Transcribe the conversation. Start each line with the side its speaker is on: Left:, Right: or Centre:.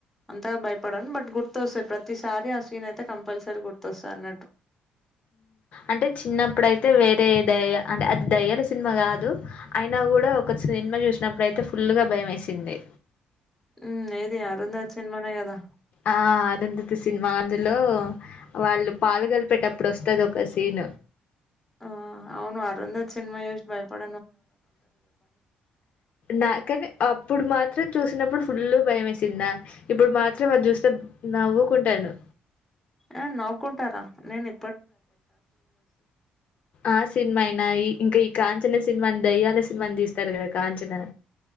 Centre: అంతగా భయపడన్ బట్ గుర్తొస్తయి ప్రతిసారి ఆ సీన్ అయితే కంపల్సరీ గుర్తొస్తద్ అన్నట్టు.
Left: అంటే చిన్నప్పుడైతే వేరే దయ అంటే అది దయ్యాల సినిమా కాదు అయినా గుడా సినిమా చూసినప్పుడైతే ఫుల్గా భయమేసింది.
Centre: మ్ ఏది అరుంధ సిన్మానే గదా
Left: ఆ అదంతతి సినిమా అందులో వాళ్ళు పాలుగలిపేటప్పుడు వస్తది ఒక సీన్
Centre: ఆ అవును అరందజ సినిమా ోజ్ భయపడ్
Left: నాకని అప్పుడు మాత్రం చూసినప్పుడు ఫుల్ భయమేసింద ఇప్పుడు మాత్రం అది చూస్తే నవ్వుకుంటాను
Centre: ఆ నవకుంటారా నేని
Left: ఆ సినిమా అయినా ఇంకా కాంచన సినిమా అని దయ్యాల సినిమా అని తీస్తారు కదా కాంచనా